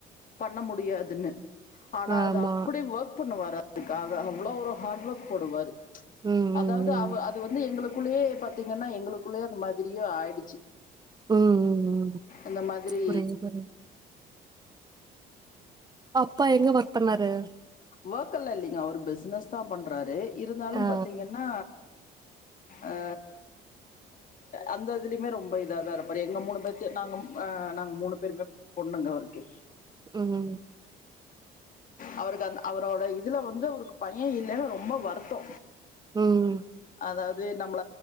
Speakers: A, on the left (about 50°); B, on the right (about 20°).
A: பண்ண முடியாதுன்னு ஆனா
B: ஆமா
A: அது அப்டி ஓர்க் பண்ணுவாரு அதுக்காக அவ்ளோ ஒரு ஹார்ட் ஒர்க் போடுவாரு
B: ம் ம்
A: அதாவ்து அவ அது வந்து எங்களுக்குள்ளேயே பாத்திங்கன்னா எங்களுக்குள்ளேயே அந்த மாதிரியே ஆய்டுச்சு
B: ம் ம் ம்
A: அந்த மாதிரி
B: புரியுது புரியுது அப்பா எங்க ஒர்க் பண்ணாரு
A: வொர்க்கல்லா இல்லைங்க அவரு பிசினஸ்தா பண்றாரு இருந்தாலு
B: ஆ
A: பாத்திங்கன்னா அ அந்த இதுலய்மே ரொம்ப இதா தா இருப்பாரு எங்க மூனு பேத்யு நாங்க அ நாங்க மூனு பேருமே பொண்ணுங்க அவருக்கு
B: ம்
A: அவருக்கு அந்த் அவரோட இதுல வந்து அவருக்கு பையெ இல்லன்னு ரொம்ப வருத்தோ
B: ம்
A: அதாவது நம்ள